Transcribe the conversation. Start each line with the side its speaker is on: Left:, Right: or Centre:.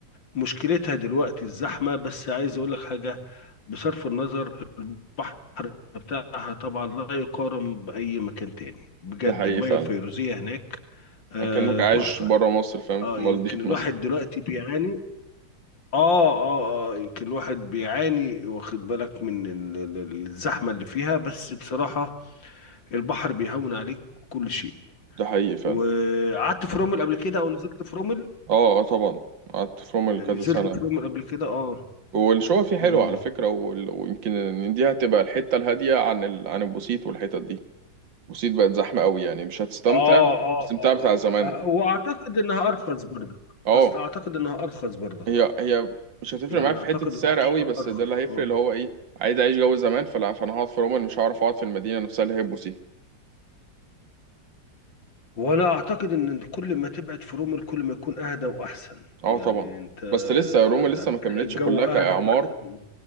Left: مشكلتها دلوقتي الزحمة بس عايز اقول لك حاجة بصرف النظر البحر بتاعها طبعا لا يقارن بأي مكان تاني بجد
Right: ده حقيقي
Left: المية
Right: فعلا
Left: الفيروزية هناك آه،
Right: اكنك عايش
Left: تحفة
Right: برا مصر فاهم
Left: اه
Right: في المالديف
Left: يمكن الواحد
Right: مثلا
Left: دلوقتي بيعاني اه اه اه يمكن الواحد بيعاني واخد بالك من ال- ال- ال- الزحمة اللي فيها بس بصراحة البحر بيهون عليك كل شيء
Right: ده حقيقي فعلا
Left: وقعدت في رومل قبل كده او نزلت في رومل
Right: اه اه طبعا قعدت في رومل
Left: يعني
Right: كذا
Left: نزلت
Right: سنة
Left: في رومل قبل كده اه
Right: والشقة فيه حلوة
Left: امم
Right: على فكرة وال- ويمكن إن دي هتبقى الحتة الهادية عن ال... عن البوسيت والحتت دي البوسيت بقت زحمة قوي يعني مش هتستمتع
Left: اه اه
Right: الاستمتاع
Left: اه
Right: بتاع زمان
Left: آه. واعتقد انها ارخص برضك
Right: اه
Left: اصل اعتقد انها ارخص برضك
Right: هي هي مش هتفرق
Left: يعني
Right: معاك في
Left: اعتقد
Right: حتة السعر
Left: ان الشقة
Right: قوي بس
Left: ارخص
Right: ده اللي هيفرق
Left: اه
Right: اللي هو ايه عايز اعيش جو زمان فلا فانا هقعد في رومل مش هعرف اقعد في المدينة نفسها اللي هي البوسيت
Left: وانا اعتقد ان كل ما تبعد في رومل كل ما يكون اهدى واحسن
Right: اه
Left: يعني
Right: طبعا
Left: انت
Right: بس لسه روما لسه
Left: هتلاقي
Right: ما كملتش
Left: الجو
Right: كلها كإعمار
Left: اهدى واحسن